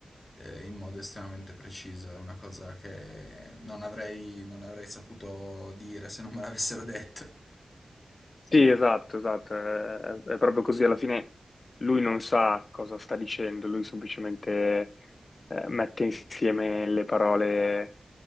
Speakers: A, on the left; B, on the left.
A: eh, in modo estremamente preciso. È una cosa che non avrei, non avrei saputo dire se non me l'avessero detto.
B: sì, esatto, esatto, eh, è, proprio così. Alla fine lui non sa cosa sta dicendo, lui semplicemente eh, mette insieme le parole